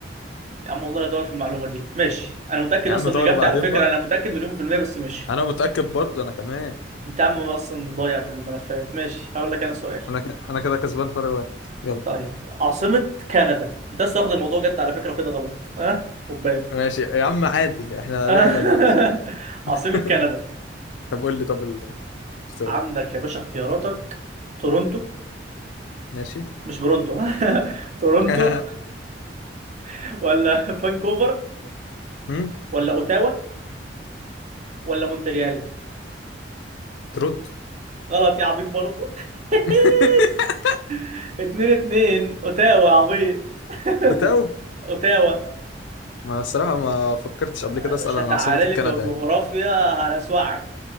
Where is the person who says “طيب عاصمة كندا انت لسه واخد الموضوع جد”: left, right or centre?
Right